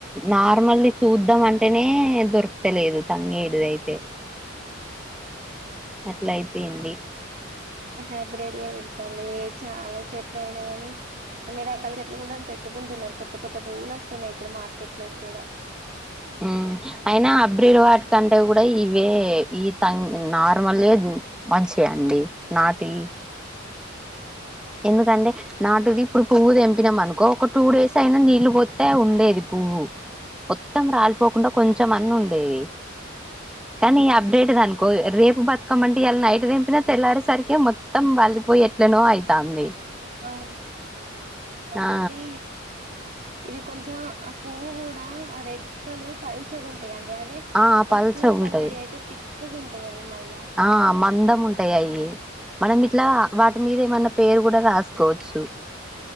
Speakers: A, in the centre; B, on the right.
A: నార్మల్లీ చూద్దాం అంటేనే దొరుక్త లేదు తంగేడు
B: ఉమ్.
A: అయితే అట్లా అయిపోయింది
B: హైబ్రిడ్ పెడతాలి చాలా చెట్ల అయినా గానీ అన్ని రకాల చెట్లు కూడా పెట్టుకుంటున్నారు కొత్త కొత్త పువ్వులు వస్తున్నాయి ఇప్పుడు మార్కెట్ లో కూడా
A: హ్మ్ అయినా అబ్రిర్ వాటి కంటే కూడా ఇవే ఈ త నార్మల్ మంచిగా అండి నాటివ్ ఎందుకంటే నాటుది ఇప్పుడు పువ్వు తెంపినాం అనుకో ఒక టూ డేస్ అయినా నీళ్లు పోతే ఉండేది పువ్వు మొత్తం రాలిపోకుండా కొంచెం అన్న ఉండేది కానీ అప్డేట్ది అనుకో రేపు బతుకమంటే ఇలా నైట్ దెంపినా తెల్లారేసరికి మొత్తంళ్ళలిపోయి ఎట్లేనో అయి టాంది
B: అవును నార్మల్
A: ఆ
B: ది ఇవి కొంచెం ఆ పువ్వు కూడా ఆ రెక్కలు పల్చగా ఉంటాయండి అదే
A: ఆ పల్చగుంటాయి
B: ఒరిజినల్ తంగడి అయితే తిక్కుగా ఉంటాయి అవి మళ్ళా
A: ఆ మందం ఉంటాయి అవి మనం ఇట్లా వాటి మీద ఏమన్నా పేరు కూడా రాసుకోవచ్చు